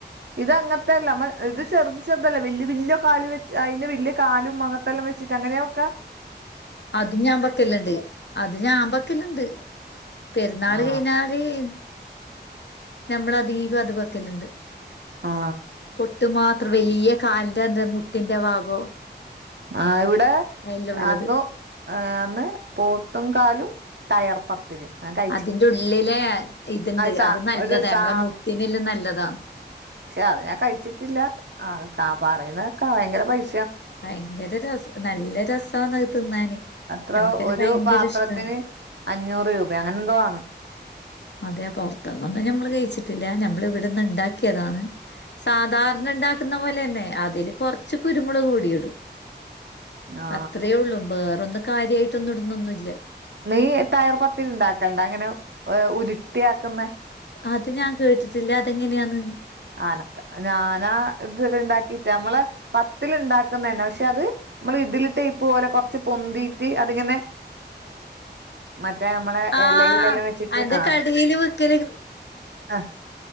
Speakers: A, on the right (about 70°); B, on the left (about 75°).
A: ഇത് അങ്ങൻത്തെ അല്ല ഇത് ചെറുത് ചെറുതല്ല വല്യ വല്യ കാല് വെച് അയിന്റെ വല്യ കാലും അങ്ങ വെച്ചിട്ട് അങ്ങനെയാ വെക്ക.
B: അതും ഞാൻ ബെക്കല്ണ്ട് അത് ഞാൻ ബെക്കല് ണ്ട്. പെരുന്നാൾ
A: ആ
B: കഴിഞ്ഞാൽ. <unintelligible> നമ്മള അധീകം അതു വെക്കലുണ്ട്
A: ആ
B: കൊട്ട് മാത്രം വലിയ. കാലിന്റെ എ മുട്ടിന്റെ ഭാഗോ.
A: ആഹ് ഇവിടെ
B: അയില്ല ഉള്ളത്
A: അതും. അന്ന് പോത്തും കാലും ടയർപ്പ <unintelligible>
B: അതിന്റെ ഉള്ളിലെ ഇത്ണ്ട്
A: സാ
B: അത് നല്ലതാ
A: ഒരു സാ
B: നമ്മളെ മുട്ടിനെല്ലാം നല്ലതാ.
A: പക്ഷെ അത് ഞാൻ കഴിച്ചിട്ടില്ല ആ പറയുന്നക്കാ ഭയങ്കര പൈസ.
B: ഭയങ്കര രസ നല്ല രസണ് അത് തിന്നാന്.
A: അത്ര
B: നമുക്കെല്ലാം
A: ഒരു
B: ഭയങ്കര
A: പാത്രത്തിന്
B: ഇഷ്ടാണ്
A: അഞ്ഞൂറ് രൂപ അങ്ങനെ എന്തോ ആണ്.
B: അതെ പുറത്തന്നൊന്നും ഞമ്മള് കഴിച്ചിട്ടില്ല ഞമ്മൾ ഇവിടെന്ന് ഉണ്ടാക്കിയതാണ്. സാധാരണ ഉണ്ടാക്കുന്ന പോലെന്നെ അതില് കൊറച്ച് കുരുമുളക് കൂടിയിടും.
A: ആ
B: അത്രയേ ഉള്ളൂ വേറൊന്നും കാര്യായിട്ടൊന്നും ഇടുന്നൊന്നുല്ല.
A: നീ തയർ പത്തൽ ഇണ്ടാക്കണ്ട അങ്ങനെ ഉരുട്ടിയ ആക്കുന്ന.
B: അത് ഞാൻ കേട്ടിട്ടില്ല അതെങ്ങനെയാണ്.
A: ആനക്ക ഞാനാ ഇത്വരെ ഉണ്ടാക്കിട്ടാ നമ്മളെ പത്തിൽ ഇണ്ടാക്കുന്ന തന്നെ പക്ഷെ അത്. നമ്മൾ ഇതിലിട്ട് ഇപ്പ പോലെ കൊറച്ച് പൊന്തിട്ട് അതിങ്ങനെ. മറ്റേ നമ്മളെ
B: ആഹ്
A: എലെയിലെല്ലാം വെച്ചിട്ട്
B: അന്റെ
A: ആഹ്
B: കടേല് വിക്കല്
A: ആഹ്